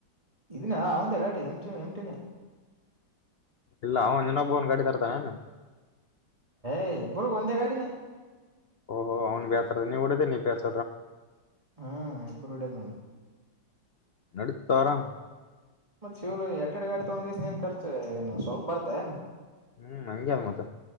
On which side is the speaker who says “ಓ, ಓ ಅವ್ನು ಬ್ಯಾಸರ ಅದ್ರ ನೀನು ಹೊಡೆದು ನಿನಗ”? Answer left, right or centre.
Left